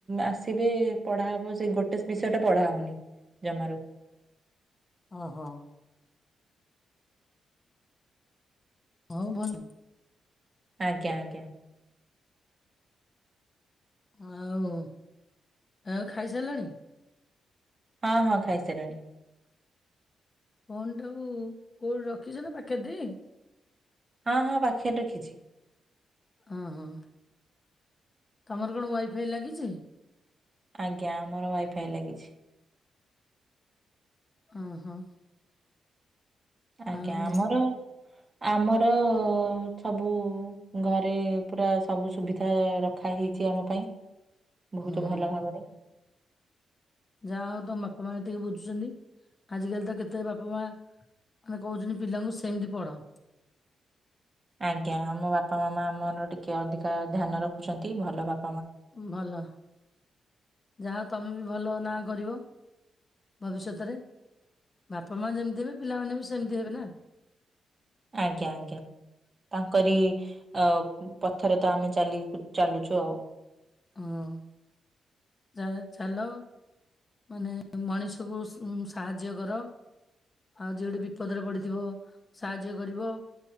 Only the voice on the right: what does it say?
ଆସିବେ, ପଢା ହବ ସେ ଗୋଟେ ବିଷୟ ଟା ପଢା ହଉନି ଜମାରୁ।
ଆଜ୍ଞା ଆଜ୍ଞା।
ହଁ, ହଁ, ଖାଇସାରିଲିଣି।
ହଁ, ହଁ, ପାଖରେ ରଖିଛି।
ଆଜ୍ଞା, ଆମର ୱାଇଫାଇ ଲାଗିଛି।
ଆଜ୍ଞା,
ଆମର ଆମର ସବୁ ଘରେ ପୁରା ସବୁ ସୁବିଧା ରଖ ରଖା ହେଇଛି ଆମ ପାଇଁ ବହୁତ
ଭଲ ଭାବରେ‌।
ଆଜ୍ଞା, ଆମ ବାପା ମାମା ଆମ ମାନଙ୍କର ଟିକେ ଅଧିକା ଧ୍ୟାନ ରଖୁଛନ୍ତି ଭଲ ବା
ଆଜ୍ଞା ଆଜ୍ଞା। ତାଙ୍କରି ଅ ପଥରେ ତ ଆମେ ଚାଲି ଚାଲୁଛୁ ଆଉ।